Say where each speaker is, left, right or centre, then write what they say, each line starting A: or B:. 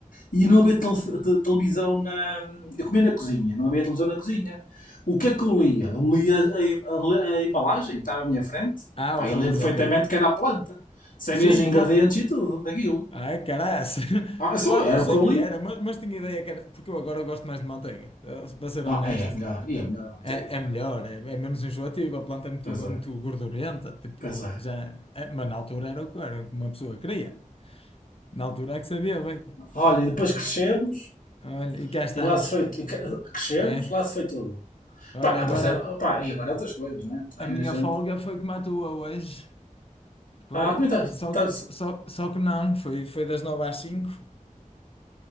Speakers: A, on the left; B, on the left.
A: E não havia tele- te- televisão na. Eu comia na cozinha, não havia televisão na cozinha. O que é que eu lia? Eu lia a, em- a le- a embalagem que estava à minha frente.
B: Ah,
A: Pá, eu
B: pois,
A: lembro perfeitamente
B: ok.
A: que era a planta. Sabia
B: Sim,
A: os ingredientes
B: planta.
A: e tudo daquilo.
B: Ai, caraças. <laughs>
A: Ah, isso
B: Planta
A: era
B: eu
A: o
B: sei
A: que eu
B: que
A: li.
B: era, mas, mas tinha ideia que era. Porque eu agora eu gosto mais de manteiga, eh, para ser
A: Ah,
B: honesto.
A: aí é melhor. E é melhor a manteiga,
B: É,
A: não
B: é melhor,
A: é?
B: é, é menos enjoativo, a planta é muito,
A: Pois é.
B: é muito gordurenta, tipo,
A: Pois é.
B: já, é- mas na altura era o que era, o que uma pessoa queria. Na altura é que sabia bem.
A: Olha, e depois crescemos
B: Ah, olha, e cá estamos.
A: e lá se foi. e que- Crescemos,
B: É.
A: lá se foi tudo.
B: Olha,
A: Pá, apareceram.
B: agora
A: Pá, e agora outras coisas, né? Tu vais
B: a minha
A: na gente.
B: folga foi como a tua hoje. Foi,
A: Ah, também estás.
B: só,
A: estás
B: só, só que não, foi, foi das nove às cinco.